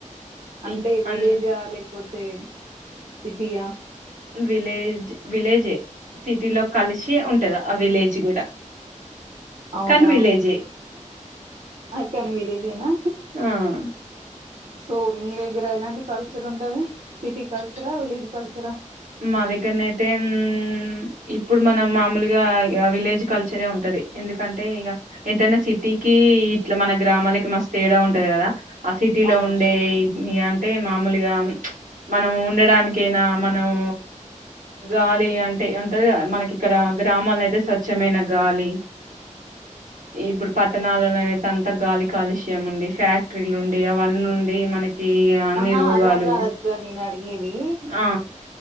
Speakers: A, on the right (about 60°); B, on the right (about 85°).
A: అంటే
B: ఇ
A: విలేజా
B: అన్
A: లేకపోతే సిటీయా
B: విలేజ్ విలేజే సిటీ లో కలిసి ఉంటది ఆ విలేజ్ గూడా
A: అవునా
B: కన్ విలేజే
A: కెన్ విల్ ఇదేనా
B: ఆ
A: సో మీ దగ్గర ఎలాంటి కల్చర్ ఉంటది సిటీ కల్చరా విలేజ్ కల్చరా
B: మా దగ్గరన్న అయితే ఉమ్ ఇప్పుడు మనం మామూలుగా ఇగ విలేజ్ కల్చరే ఉంటది ఎందుకంటే ఇగ ఎంటైనా సిటీకి కీ ఇట్లా మన గ్రామాలకి మస్ తేడా ఉంటంది కదా ఆ సిటీలో
A: అవును
B: ఉండే ఇది గాని అంటే మామూలుగా ప్చ్ మనం ఉండడానికైనా మనమూ గాలి అంటే ఉంటదిగా మనకి ఇక్కడ గ్రామల్లో అయితే స్వచ్ఛమైన గాలి ఇప్పుడు ప పట్టణాలలోనయితే అంత గాలి కాలుష్యం ఉండి ఫ్యాక్టరీలు ఉండి అవన్నుండి మనకి అన్ని
A: ఆహా
B: రోగాలు
A: అలా కాదక్కా నేన్ అడిగేది
B: ఆ